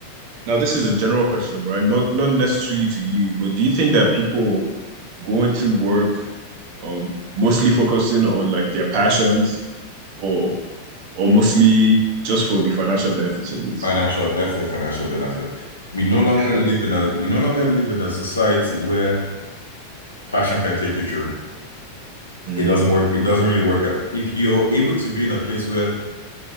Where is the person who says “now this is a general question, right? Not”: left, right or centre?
Right